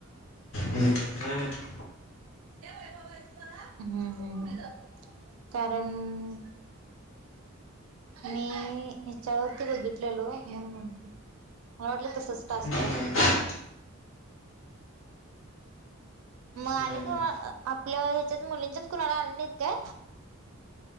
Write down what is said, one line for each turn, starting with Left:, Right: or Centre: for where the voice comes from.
Left: नाही नाही.
Right: हम्म हम्म कारण. आणि हेच्यावरती बघितलेलो म्हणून म्हणलो. मला वाटलं तसंच टास्क
Left: नाही,
Right: असतील.
Left: नाही.
Right: मग
Left: नाही,
Right: आणि
Left: नाही.
Right: कुणा आपल्या हेच्यात मुलींच्याच कुणाला आले नाहीत काय.